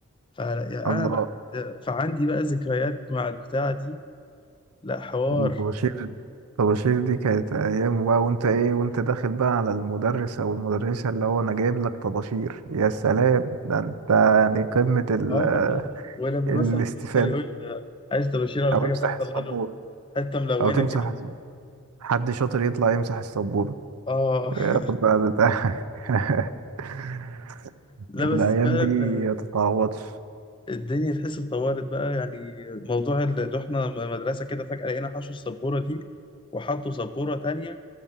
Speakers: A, on the left (about 20°); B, on the right (about 85°).
A: فانا
B: الله
A: بقى كنت فعندي بقى ذكريات مع البتاعه دي لا حوار
B: الطباشير الطباشير دي كانت أيام بقى وأنت إيه وأنت داخل بقى على المدرس أو المدرسة اللي هو أنا جايب لك طباشير يا سلام ده أنت يعني قمة ال...
A: اه اه ولما
B: الاستفادة
A: مثلا المستر يقول آه، عايز طباشير ولا
B: أو
A: حاجه
B: امسح
A: فانا
B: السبورة
A: اطلع له حته ملونه
B: او تمسح
A: كده
B: الز- حد شاطر يطلع يمسح السبورة
A: اه
B: ياخد
A: <laughs>
B: بقى بتاع <laughs>
A: لا
B: الايام
A: بس فعلا
B: دي
A: آه،
B: ما تتعوضش
A: الدنيا تحس اتطورت بقى يعني موضوع اللي رحنا مدرسه كده فجاه لقينا حشوا السبوره دي وحطوا سبوره تانية